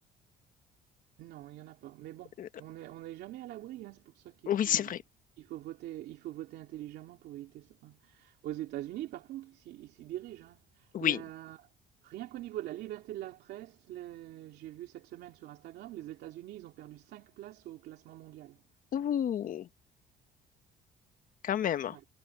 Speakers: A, on the right (about 75°); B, on the left (about 55°).
A: Non, il n'y en a pas. Mais bon,
B: Euh,
A: on est, on n'est jamais à l'abri, hein, c'est pour ça qu'il
B: Oui,
A: faut,
B: c'est vrai.
A: il faut voter, il faut voter intelligemment pour éviter ça. hein. Aux États-Unis, par contre, ils s'y ils s'y dirigent. hein.
B: Oui.
A: La- Rien qu'au niveau de la liberté de la presse, les- j'ai vu cette semaine sur Instagram, les États-Unis, ils ont perdu 5 places au classement mondial.
B: Ouh, quand même.
A: Ouais.